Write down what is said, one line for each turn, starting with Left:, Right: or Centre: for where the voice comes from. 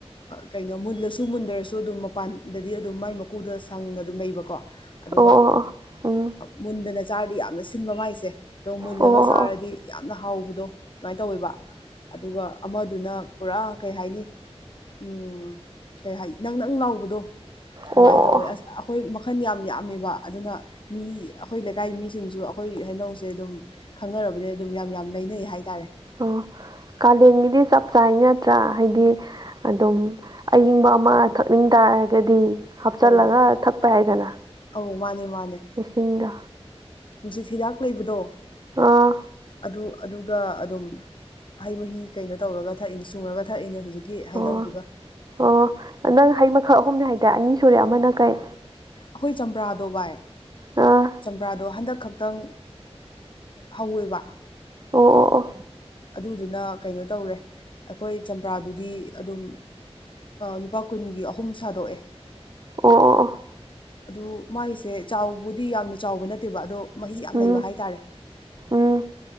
Left: ꯀꯩꯅꯣ ꯃꯨꯜꯂꯁꯨ ꯃꯨꯟꯗꯔꯁꯨ ꯑꯗꯨꯝ ꯃꯄꯥꯟꯗꯗꯤ ꯑꯗꯨꯝ ꯃꯥꯏ ꯃꯀꯨꯗ ꯁꯪꯅ ꯑꯗꯨꯝ ꯂꯩꯕꯀꯣ ꯑꯗꯨꯒ
Right: ꯑꯣ ꯑꯣ ꯎꯝ
Left: ꯃꯨꯟꯗꯅ ꯆꯥꯔꯗꯤ ꯌꯥꯝꯅ ꯁꯤꯟꯕ ꯃꯥꯏꯁꯦ ꯑꯗꯣ ꯃꯨꯜꯂꯒ
Right: ꯑꯣ ꯑꯣ
Left: ꯆꯥꯔꯗꯤ
Right: ꯑꯣ
Left: ꯌꯥꯝꯅ ꯍꯥꯎꯕꯗꯣ ꯑꯗꯨꯃꯥꯏꯅ ꯇꯧꯋꯦꯕ ꯑꯗꯨꯒ ꯑꯃꯗꯨꯅ ꯄꯨꯔꯥ ꯀꯩ ꯍꯥꯏꯅꯤ ꯎꯝ ꯀꯩ ꯍꯥꯏ ꯅꯪ ꯅꯪ ꯂꯥꯎꯕꯗꯣ ꯑꯗꯨꯃꯥꯏꯅ
Right: ꯑꯣ ꯑꯣ
Left: ꯇꯧꯋꯦ ꯑꯁ ꯑꯩꯈꯣꯏ ꯃꯈꯜ ꯌꯥꯝ ꯌꯥꯝꯃꯦꯕ ꯑꯗꯨꯅ ꯃꯤ ꯑꯩꯈꯣꯏ ꯂꯩꯀꯥꯏ ꯃꯤꯁꯤꯡꯁꯨ ꯑꯩꯈꯣꯏ ꯍꯩꯅꯧꯁꯦ ꯑꯗꯨꯝ ꯈꯪꯅꯔꯕꯅꯦ ꯑꯗꯨꯝ ꯌꯥꯝ ꯌꯥꯝꯅ ꯂꯩꯅꯩ ꯍꯥꯏꯇꯥꯔꯦ
Right: ꯑꯣ ꯀꯥꯂꯦꯟꯒꯤꯗꯤ ꯆꯞ ꯆꯥꯩ ꯅꯠꯇ꯭ꯔꯥ ꯍꯥꯏꯗꯤ ꯑꯗꯨꯝ ꯑꯏꯪꯕ ꯑꯃ ꯊꯛꯅꯤꯡ ꯇꯥꯔꯒꯗꯤ ꯍꯥꯞꯆꯤꯜꯂꯒ
Left: ꯑꯧ
Right: ꯊꯛꯄ ꯍꯥꯏꯗꯅ
Left: ꯑꯧ ꯃꯥꯅꯦ ꯃꯥꯅꯦ
Right: ꯏꯁꯤꯡꯗꯣ
Left: ꯅꯨꯡꯁꯤꯠ ꯍꯤꯗꯥꯛ ꯂꯩꯕꯗꯣ
Right: ꯑꯥ
Left: ꯑꯗꯨ ꯑꯗꯨꯒ ꯑꯗꯨꯝ ꯍꯩ ꯃꯍꯤ ꯀꯩꯅꯣ ꯇꯧꯔꯒ ꯊꯛꯏꯅꯦ ꯁꯨꯔꯒ ꯊꯛꯏꯅꯦ ꯍꯧꯖꯤꯛꯀꯤ
Right: ꯑꯣ
Left: ꯍꯩꯅꯧꯗꯨꯒ
Right: ꯑꯣ ꯅꯪ ꯍꯥꯏ ꯃꯈꯜ ꯑꯍꯨꯝꯅꯦ ꯍꯥꯏꯗꯥꯏ ꯑꯅꯤ ꯁꯨꯔꯦ ꯑꯃꯅ ꯀꯩ
Left: ꯑꯩꯈꯣꯏ ꯆꯝꯄ꯭ꯔꯥꯗꯣ ꯚꯥꯏ
Right: ꯑꯥ
Left: ꯆꯝꯄ꯭ꯔꯥꯗꯣ ꯍꯟꯗꯛ ꯈꯛꯇꯪ ꯍꯧꯋꯦꯕ
Right: ꯑꯣ ꯑꯣ ꯑꯣ
Left: ꯑꯗꯨꯗꯨꯅ ꯀꯩꯅꯣ ꯇꯧꯔꯦ ꯑꯩꯈꯣꯏ ꯆꯝꯄ꯭ꯔꯥꯗꯨꯗꯤ ꯑꯗꯨꯝ ꯂꯨꯄꯥ ꯀꯨꯟꯒꯤ ꯑꯍꯨꯝ ꯁꯥꯗꯣꯛꯑꯦ
Right: ꯑꯣ ꯑꯣ
Left: ꯑꯗꯨ ꯃꯥꯒꯤꯁꯦ ꯆꯥꯎꯕꯨꯗꯤ ꯌꯥꯝꯅ ꯆꯥꯎꯕ ꯅꯠꯇꯦꯕ ꯑꯗꯣ ꯃꯍꯤ ꯌꯥꯝ
Right: ꯎꯝ
Left: ꯂꯩꯕ ꯍꯥꯏꯇꯥꯔꯦ
Right: ꯎꯝ